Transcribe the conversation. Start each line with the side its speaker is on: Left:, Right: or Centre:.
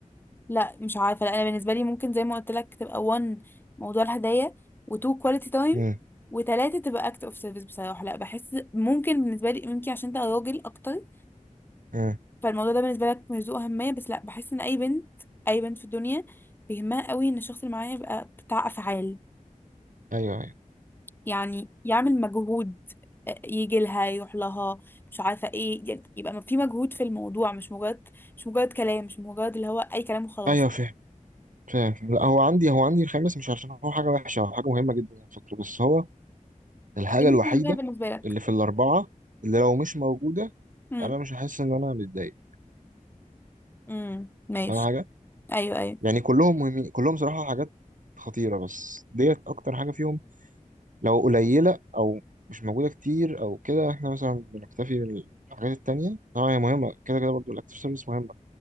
Left: لا مش عارفه لا انا بالنسبه لي ممكن زي ما قلت لك تبقى 1 موضوع الهدايا و2 كواليتي تايم
Right: امم
Left: وتلاتة تبقى اكت اوف سيرفيس بصراحه لا بحس ممكن بالنسبه لي ممكن عشان انت راجل اكتر
Right: امم
Left: فالموضوع ده بالنسبه لك مش ذو اهميه بس لا بحس ان اي بنت اي بنت في الدنيا بيهمها قوي ان الشخص اللي معاها يبقى بتاع افعال
Right: ايوه ايوه
Left: يعني يعمل مجهود آه، يجي لها يروح لها مش عارفه ايه يعني يبقى في مجهود في الموضوع مش مجرد مش مجرد كلام مش مجرد اللي هو اي كلام وخلاص
Right: ايوه فاهم فاهم لا هو عندي هو عندي الخامس مش عشان هو حاجه وحشه هو حاجه مهمه جدا على فكره بس هو الحاجة
Left: قليل
Right: الوحيدة
Left: اهميه بالنسبه لك
Right: اللي في الأربعة اللي لو مش موجودة
Left: امم
Right: أنا مش هحس إن أنا متضايق
Left: امم ماشي
Right: فاهم حاجة؟
Left: ايوه ايوه
Right: يعني كلهم مهمين كلهم صراحة حاجات خطيرة بس ديت أكتر حاجة فيهم لو قليلة أو مش موجودة كتير أو كده إحنا مثلا بنكتفي بالحاجات التانية طبعا هي مهمة كده كده برضه الأكتيف سيرفيس مهمة